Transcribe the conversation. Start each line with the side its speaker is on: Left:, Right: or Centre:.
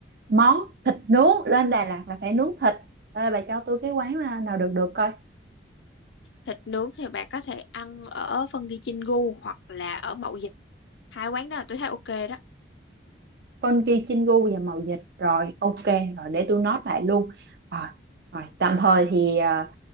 Right: món thịt nướng lên Đà Lạt là phải nướng thịt Ê, bà cho tôi cái quán à, nào được được coi
Left: thịt nướng thì bạn có thể ăn ở phân ghi Chin gu hoặc là ở Mậu Dịch hai quán đó là tôi thấy ok đó
Right: con ghi Chingu và mậu dịch rồi ok rồi để tôi note lại luôn rồi rồi tạm thời thì à,